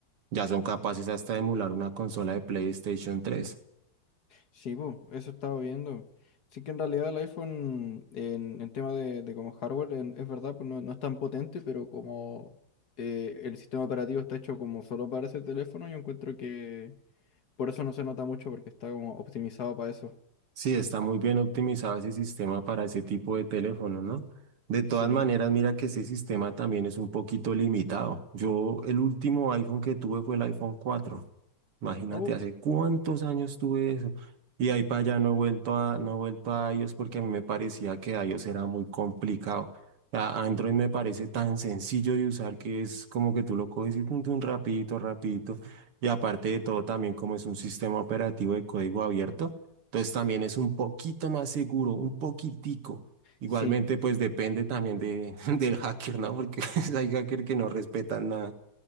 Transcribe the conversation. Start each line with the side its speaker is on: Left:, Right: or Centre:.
Right: ya son capaces hasta de emular una consola de PlayStation tres.
Left: Sí, pues, eso estaba viendo. Sí que en realidad el iPhone en, en tema de, de como hardware, en- es verdad, pues no, no es tan potente, pero como eh, el sistema operativo está hecho como solo para ese teléfono, yo encuentro que por eso no se nota mucho, porque está como optimizado para eso.
Right: Sí, está muy bien optimizado ese sistema para ese tipo de teléfonos, ¿no? De todas
Left: Sí.
Right: maneras, mira que ese sistema también es un poquito limitado. Yo, el último iPhone que tuve fue el iPhone cuatro. Imagínate,
Left: Oh,
Right: hace cuántos años tuve eso. Y de ahí para allá no he vuelto a, no he vuelto a iOS porque a mí me parecía que iOS era muy complicado. A- Android me parece tan sencillo de usar que es como que tú lo coges y tun, tun, rapidito, rapidito. Y aparte de todo, también como es un sistema operativo de código abierto, entonces también es un poquito más seguro, un poquitico. Igualmente,
Left: sí,
Right: pues depende también de, <laughs> del hacker, ¿no? Porque <laughs> hay hackers que no respetan nada.